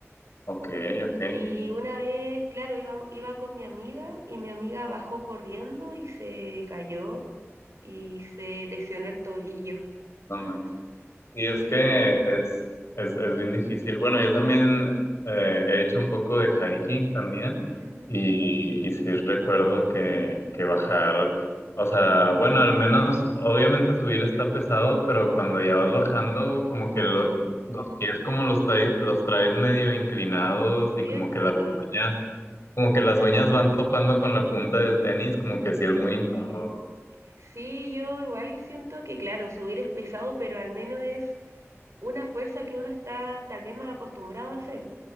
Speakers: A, on the left; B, on the right.
A: Ok, ok.
B: Y una vez, claro, iba, iba con mi amiga y mi amiga bajó corriendo y se cayó y se lesionó el tobillo.
A: No
B: <laughs>
A: manches. Y es
B: Sí.
A: que es, es, es bien difícil. Bueno, yo también eh, he hecho un poco de hiking también
B: Ujú.
A: y, y sí recuerdo que, que bajar, o sea, bueno, al menos obviamente subir está pesado, pero cuando ya vas bajando, como que lo-
B: Mm,
A: los pies como los traes, los traes medio inclinados
B: ¿Cierto?
A: y como que las uñas, como que las uñas van topando con la punta del tenis, como que sí
B: Sí,
A: es muy incómodo.
B: sí, yo igual siento que, claro, subir es pesado, pero al menos es una fuerza que uno está tal vez más acostumbrado a hacer.